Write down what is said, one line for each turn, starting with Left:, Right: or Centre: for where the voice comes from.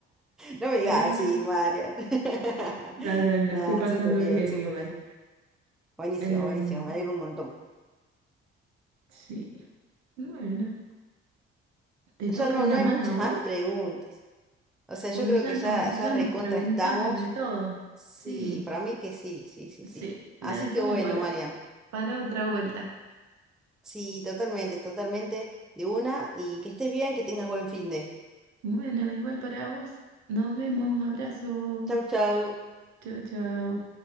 Centre: no me digas,
Right: pero no,
Centre: sí, Marian, <laughs>
Right: no, no, la
Centre: nada,
Right: estoy pasando
Centre: súper bien,
Right: bien
Centre: súper
Right: igual.
Centre: bien. Buenísimo,
Right: Em,
Centre: buenísimo, me alegro un montón.
Right: sí, bueno, ¿te
Centre: Ya
Right: toca
Centre: no,
Right: una
Centre: no hay
Right: más
Centre: muchas
Right: a vos?
Centre: más preguntas. O sea, yo
Right: O
Centre: creo
Right: ya
Centre: que
Right: nos,
Centre: ya, ya
Right: ya
Centre: recontra
Right: nos preguntamos
Centre: estamos.
Right: de todo.
Centre: Sí,
Right: Sí,
Centre: para mí que sí, sí, sí, sí.
Right: sí, la
Centre: Así
Right: dejamos
Centre: que bueno,
Right: para...
Centre: Marian,
Right: para otra vuelta.
Centre: sí, totalmente, totalmente de una y que estés bien, que tengas buen fin de.
Right: Bueno, igual para vos. Nos vemos. Abrazo.
Centre: Chau, chau.
Right: Chau, chau.